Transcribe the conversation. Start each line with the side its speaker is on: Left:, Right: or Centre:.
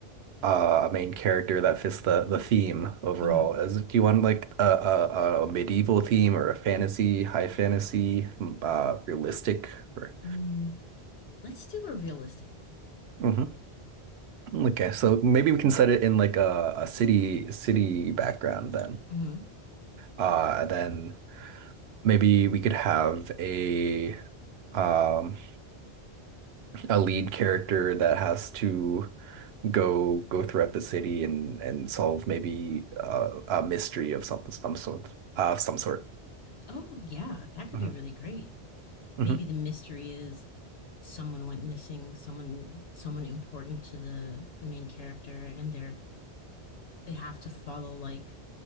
Right: uh, a main character that fits the the theme overall.
Left: Mm-hmm.
Right: As do you want like a, a, a medieval theme or a fantasy, high fantasy, m- uh, realistic? Or...
Left: Mm, let's do a realistic one.
Right: Mhm. Okay, so maybe we can set it in like a, a city city background then.
Left: Mm-hmm.
Right: Uh, then maybe we could have a um a lead character that has to go go throughout the city and and solve maybe uh, a mystery of something some sort uh some sort.
Left: Oh yeah, that could
Right: Mhm.
Left: be really great.
Right: Mhm.
Left: Maybe the mystery is someone went missing, someone someone important to the the main character, and they're they have to follow like